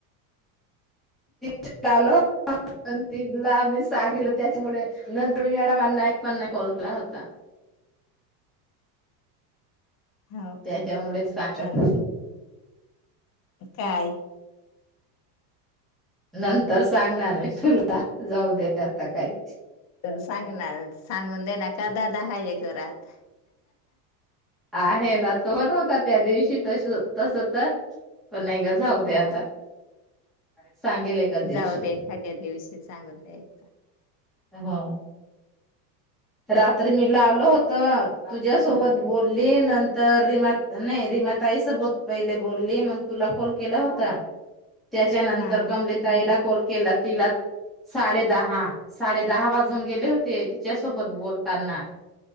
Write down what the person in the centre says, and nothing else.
त चाल तन लाी <unintelligible> सागीतलं त्याच्यामुळे नंतर मी मॅडमाना एक पण नाही कॉल केला होता.
त्याच्यामुळेच
सांगत
होती.
नंतर सांगणार मी तुला जाऊ दे आता काही
आहे ना तो पण होता त्या दिवशी तस तस तर पण नाही जाऊ दे
आता सांगेल एका दिवशी
हो रात्री मी लावलो होत तुझ्यासोबत बोलली नंतर रिमा नाही रिमाताई सोबत पहिले बोलली तुला कॉल केला होता त्याच्या नंतर
कमली ताईला काॅल केला तिला साडे दहा साडे दहा वाजून गेले होते तिच्या सोबत बोलताना